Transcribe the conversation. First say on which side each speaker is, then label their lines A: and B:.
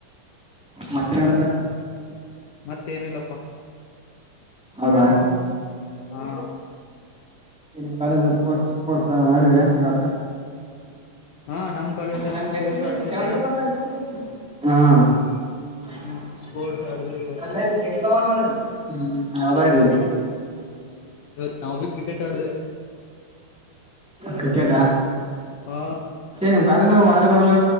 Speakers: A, in the centre; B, on the left (about 70°).
A: ಮತ್ತೆನಡ್ದ?
B: ಮತ್ತೇನಿಲ್ಲಪ್ಪಾ
A: ಹೌದಾ
B: ಹಾ
A: ನಿಮ್ ಕಾಲೇಜ್ ಸ್ಪೊಟ್ಸ್ ಸ್ಪೊರ್ಟ್ಸ್ ಆಡಿದ್ರ ಇವತ್ತ?
B: ಹಾ ನಮ್ ಕಾಲೇಜ್ನಾಗ
A: ಹ <unintelligible>
B: ಸ್ಪೋರ್ಟ್ಸ್ ಆಡಸ್ಲತ್ತಾರ
A: ಹಾ <unintelligible>
B: ಹ್ಮ ಸ್ಪೋರ್ಟ್ಸ್ ಆಡ್ದೇವಿ ಇವತ್ತು
A: ಯಾವ್ದಾಡಿದೀರಿ?
B: ಇವತ್ ನಾವ್ಬಿ ಕ್ರಿಕೆಟ್ ಆಡ್ದ್ವಿ.
A: ಕ್ರಿಕೆಟಾ
B: ಹಾ
A: ಏನ ಕಲೇಜ್ನಾಗ್ ವಾಲಿಬಾಲು